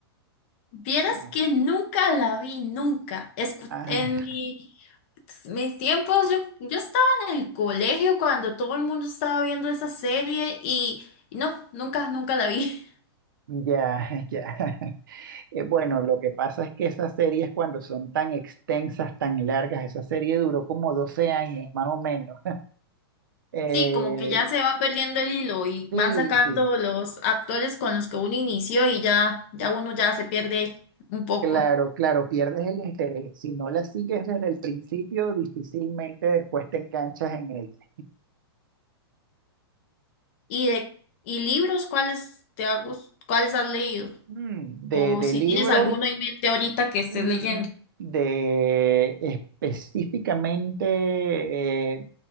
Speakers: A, on the left; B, on the right.
A: Vieras
B: ¿no?
A: que nunca la vi, nunca. Escu-
B: Ah,
A: en mi, mis tiempos, yo, yo estaba en el colegio cuando todo el mundo estaba viendo esa serie y no, nunca, nunca la vi. <laughs>
B: ya, <laughs> ya. Eh, bueno, lo que pasa es que esas series cuando son tan extensas, tan largas, esa serie duró como 12 años, más o menos. Eh,
A: Sí, como que ya se va perdiendo el hilo y
B: sí,
A: van sacando
B: sí,
A: los actores con los que uno inició y ya, ya uno ya se pierde un poco.
B: claro, claro, pierdes el interés. Si no la sigues desde el principio, difícilmente después te enganchas en ella.
A: ¿Y de, y libros, cuáles te ha gust- cuáles has leído?
B: Mm, De,
A: O
B: de
A: si
B: libro,
A: tienes alguno en mente ahorita que estés
B: mm,
A: leyendo.
B: de específicamente eh,